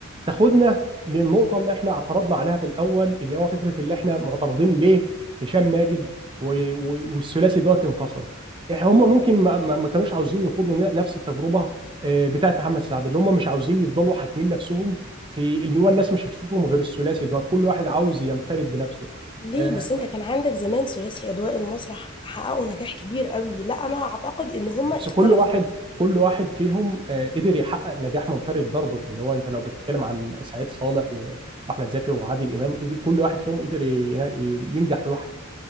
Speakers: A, on the right; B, on the left.
A: تاخدنا للنقطه اللي احنا اعترضنا عليها في الاول اللي هو فكره اللي احنا معترضين ليه هشام ماجد و- و- والثلاثي دوت انفصلوا إح- هم ممكن ما ما- ما كانوش عاوزين يخوضوا ن- نفس التجربه آه، بتاعت محمد سعد اللي هم مش عاوزين يفضلوا حاكمين نفسهم في اللي هو الناس مش هتشوفهم غير الثلاثي دوت كل واحد عاوز ينفرد بنفسه
B: ليه
A: آه،
B: بس انت كان عندك زمان ثلاثي اضواء المسرح حققوا نجاح كبير قوي لا انا اعتقد ان هم
A: بس
B: اختلفوا
A: كل واحد
B: يعني.
A: كل واحد فيهم آه، قدر يحقق نجاح منفرد برضه اللي هو انت لو بتتكلم عن سعيد صالح و- واحمد زكي وعادل امام قدر- كل واحد فيهم قدر ي- ي- ينجح لوحده